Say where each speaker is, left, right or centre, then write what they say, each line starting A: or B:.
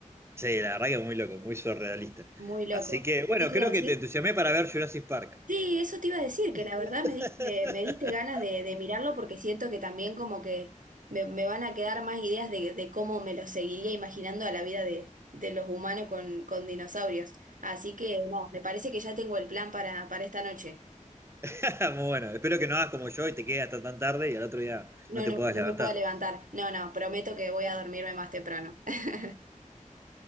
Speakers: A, on the right (about 20°); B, on the right (about 75°).
A: Sí, la verdad que muy loco, muy surrealista.
B: muy loco.
A: Así que, bueno,
B: ¿Qué te
A: creo
B: iba a decir?
A: que te entusiasmé para ver Jurassic Park.
B: Sí, eso te iba a decir, que la
A: <laughs>
B: verdad me diste, me diste ganas de, de mirarlo porque siento que también como que me, me van a quedar más ideas de, de cómo me lo seguiría imaginando a la vida de, de los humanos con, con dinosaurios. Así que no, me parece que ya tengo el plan para, para esta noche.
A: <laughs> Muy bueno, espero que no hagas como yo y te quedes hasta tan tarde y al otro día
B: No,
A: no te
B: no,
A: puedas
B: no
A: levantar.
B: me puedo levantar. No, no, prometo que voy a dormirme más temprano. <laughs>